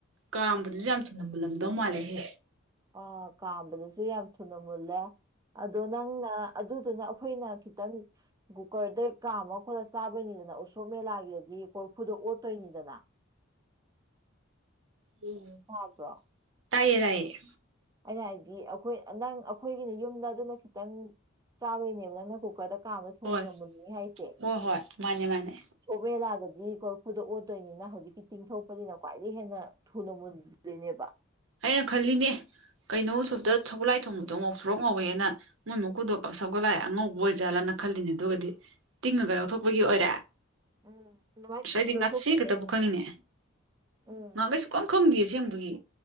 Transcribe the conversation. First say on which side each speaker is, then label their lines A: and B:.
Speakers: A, on the right (about 65°); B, on the right (about 20°).
A: ꯀꯥꯝꯕꯗꯨꯁꯨ ꯌꯥꯝ ꯊꯝꯂꯝꯕ ꯂꯝꯗꯧ ꯃꯥꯜꯂꯦꯍꯦ
B: ꯑ ꯀꯥꯝꯕꯗꯁꯨ ꯌꯥꯝ ꯊꯨꯅ ꯃꯨꯜꯂꯦ ꯑꯗꯣ ꯅꯪꯅ ꯑꯗꯨꯗꯨꯅ ꯑꯩꯈꯣꯏꯅ ꯈꯤꯇꯪ ꯒꯨꯀꯔꯗꯩ ꯀꯥꯝ ꯑꯃ ꯈꯣꯠꯂꯒ ꯆꯥꯕꯩꯅꯤꯗꯅ ꯎꯁꯣꯞ ꯃꯦꯂꯥꯒꯤꯗꯗꯤ ꯀꯣꯔꯐꯨꯗ ꯑꯣꯠꯇꯣꯏꯅꯤꯗꯅ
A: ꯎꯝ
B: ꯍꯕ꯭ꯔꯣ
A: ꯇꯥꯏꯌꯦ ꯇꯥꯏꯌꯦ
B: ꯑꯩꯅ ꯍꯥꯏꯗꯤ ꯑꯩꯈꯣꯏ ꯅꯪ ꯑꯩꯈꯣꯏꯒꯤꯅꯦ ꯌꯨꯝꯗ ꯑꯗꯨꯅ ꯈꯤꯇꯪ ꯆꯥꯕꯩꯅꯦꯕ ꯅꯪꯅ ꯀꯨꯀꯔꯗ ꯀꯥꯕ ꯊꯨꯝ
A: ꯍꯣꯏ
B: ꯅꯃꯅꯤ ꯍꯥꯏꯁꯦ
A: ꯍꯣꯏ ꯍꯣꯏ ꯃꯥꯅꯦ ꯃꯥꯅꯦ
B: ꯁꯣꯕꯦꯂꯥꯗꯗꯤ ꯀꯣꯔꯐꯨꯗ ꯑꯣꯠꯇꯣꯏꯅꯤꯅ ꯍꯧꯖꯤꯛꯀꯤ ꯇꯤꯡꯊꯣꯛꯄꯅꯤꯅ ꯈ꯭ꯋꯥꯏꯗꯒꯤ ꯍꯦꯟꯅ ꯊꯨꯅ ꯃꯨꯗ꯭ꯔꯤꯅꯦꯕ
A: ꯑꯩꯅ ꯈꯜꯂꯤꯅꯦ ꯀꯩꯅꯣ ꯁꯣꯇ ꯁꯧꯒꯨꯠꯂꯥꯏ ꯊꯣꯡꯕꯗꯣ ꯉꯧꯁꯣꯔꯣꯛ ꯉꯧꯋꯦꯅ ꯃꯣꯏ ꯃꯀꯨꯗꯣ ꯁꯞꯒꯠꯂꯛꯑꯦ ꯑꯉꯧꯕ ꯑꯣꯏꯖꯥꯠꯂꯅ ꯈꯜꯂꯤꯅꯦ ꯑꯗꯨꯒꯗꯤ ꯇꯤꯡꯉꯒ ꯂꯧꯊꯣꯛꯄꯒꯤ ꯑꯣꯏꯔꯦ
B: ꯎꯝ ꯑꯗꯨꯃꯥꯏꯅ
A: ꯁꯣꯏꯗꯤ
B: ꯇꯤꯡꯅ ꯂꯧꯊꯣꯛꯄꯁꯦ
A: ꯉꯁꯤ ꯀꯩ ꯇꯕꯨ ꯈꯉꯅꯤ
B: ꯎꯝ
A: ꯃꯥ ꯀꯩꯁꯨ ꯀꯝ ꯈꯪꯗꯦꯌꯦꯁꯦꯗꯨꯒꯤ